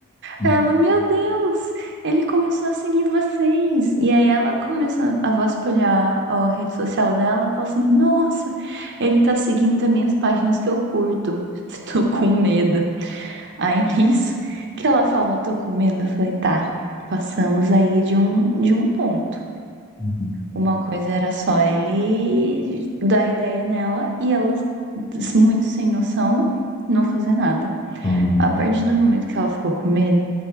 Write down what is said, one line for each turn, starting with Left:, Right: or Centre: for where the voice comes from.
Left: hum,
Right: Ela, meu Deus, ele começou a seguir vocês. E aí ela começa a vasculhar a rede social dela, e fala assim: "Nossa, ele tá seguindo também as páginas que eu curto. <laughs> Tô com medo". Aí nisso que ela fala: "Tô com medo". Eu falei: "Tá, passamos aí de um de um ponto".
Left: hum,
Right: Uma coisa era só ele dar ideia nela e ela muito sem noção não fazer nada.
Left: hum,
Right: A partir do momento que ela ficou com medo,